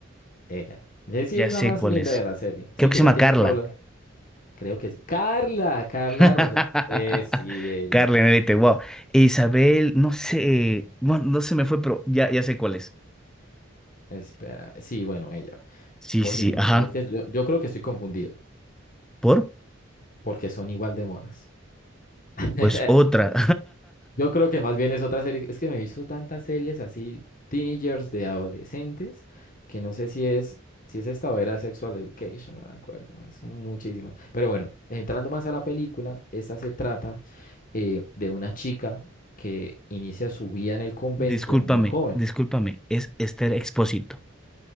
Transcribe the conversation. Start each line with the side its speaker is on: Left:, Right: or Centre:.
Left: ella. Jessie
Centre: Ya
Left: es la
Centre: sé
Left: más
Centre: cuál
Left: linda
Centre: es.
Left: de la serie. Sí,
Centre: Creo
Left: que
Centre: que se
Left: ya
Centre: llama
Left: tiene
Centre: Carla.
Left: un rol, creo que es. Carla, Carla
Centre: <laughs>
Left: Rosón. Eh, sí, ella.
Centre: Carla en Élite, wow. E Isabel, no sé, bueno, no se me fue, pero ya, ya sé cuál es.
Left: Espera, sí, bueno, ella.
Centre: Sí,
Left: Oye,
Centre: sí, sí,
Left: no,
Centre: ajá.
Left: sabes que yo, yo creo que estoy confundido,
Centre: ¿Por?
Left: porque son igual de monas. <laughs>
Centre: Pues otra.
Left: Yo creo que más bien es otra serie, es que me he visto tantas series así, teenagers de adolescentes, que no sé si es, si es esta o era Sexual Education, no me acuerdo, son muchísimas. Pero bueno, entrando más a la película, esta se trata eh, de una chica que inicia su vida en el
Centre: <laughs>
Left: convento
Centre: Discúlpame,
Left: muy joven.
Centre: discúlpame, es Esther Expósito.